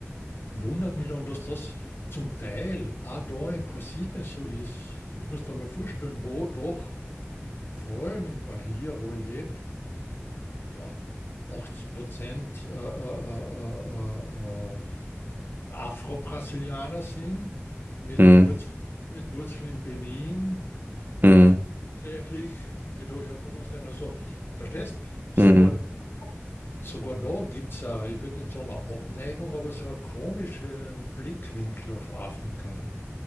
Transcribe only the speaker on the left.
wundert mich dann, dass das zum Teil auch da in Brasilien so ist. Das musst du dir mal vorstellen, wo doch, vor allem in Bahia, wo ich lebe, ja, 80 Prozent äh, äh, äh, äh, äh, Afro-Brasilianer sind, mit
Wurzeln, mit Wurzeln in Benin,
tatsächlich, die da herkommen sind. Also, verstehst du? Sogar
Sogar da gibt es auch, ich würde nicht sagen eine Abneigung, aber so einen komischen Blickwinkel auf Afrika.